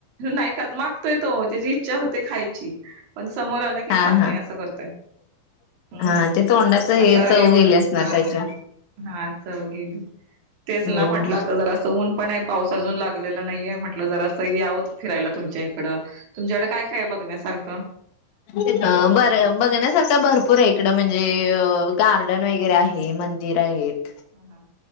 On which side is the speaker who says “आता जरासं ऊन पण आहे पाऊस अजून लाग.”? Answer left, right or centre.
Right